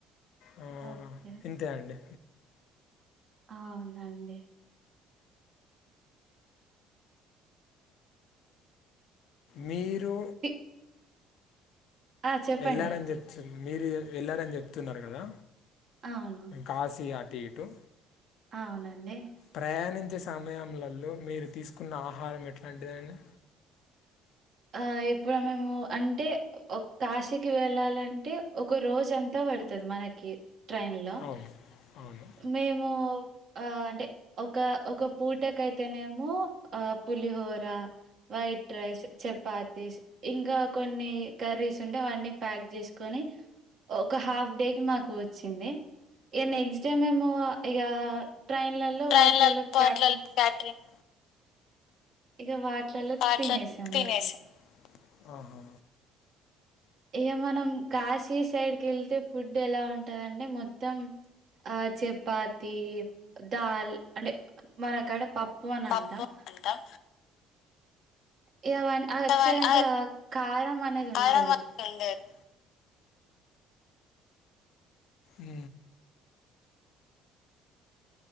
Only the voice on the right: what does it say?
ఓకే
అవునండి.
పి- ఆ చెప్పండి
అవును
అవునండి
ఆ ఇప్పుడు మేము అంటే కాశీకి వెళ్ళాలంటే ఒక రోజంతా పడతది మనకి ట్రైన్ లో
మేము ఆ అంటే ఒక ఒక పూటకైతేనేమో, ఆ పులిహోర, వైట్ రైస్ చెప్ పాతీస్, ఇంకా కొన్ని కర్రీస్ ఉంటె అవన్నీ ప్యాక్ చేసుకొని, ఒక హాఫ్ డేకి మాకు వచ్చింది. ఇక నెక్స్ట్ డే మేము ఇక ట్రైన్లలో
వాటిలలో
క్యాటరింగ్
ఇక వాటిలలో
తినేసాం
ఇగ.
ఇగ మనం కాశీ సైడ్ కి వెళ్తే ఫుడ్ ఎలా ఉంటందంటే మొత్తం ఆ చపాతి, దాల్ అంటే మనకాడ పప్ ప్పు అనంటాం
ఇగ అవన్ ఆ అటు
సైడ్ అంత
కారం అనేది
ఉండదు.